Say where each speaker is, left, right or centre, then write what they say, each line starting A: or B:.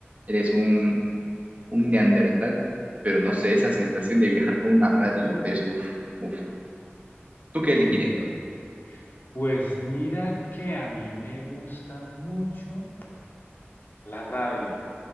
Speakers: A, on the right; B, on the left.
A: Eres un, un neandertal, pero no sé, esa sensación de viajar con una radio es uff, uff. ¿Tú qué elegirías
B: Sí,
A: a
B: Pues mira que a mí me gusta mucho la radio.